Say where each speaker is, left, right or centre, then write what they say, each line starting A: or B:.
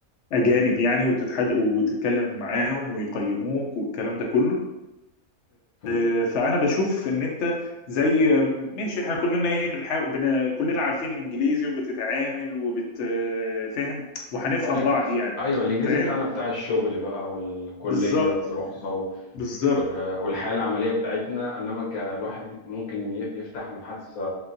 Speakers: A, on the left; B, on the left.
A: أجانب يعني وتتحد وتتكلم معاهم ويقيموك والكلام ده كله
B: تمام
A: آه، فانا بشوف ان انت زي ماشي احنا كلنا ايه بنحاول بن... كلنا عارفين انجليزي وبتتعامل وبتفهم وهنفهم
B: طب-
A: بعض يعني
B: ايوه الانجليزي
A: فاهم
B: بتاعنا بتاع الشغل بقى والكليه
A: بالظبط
B: والدراسه و-
A: بالظبط
B: و- والحياه العمليه بتاعتنا انما كالواحد ممكن ي- يفتح محادثه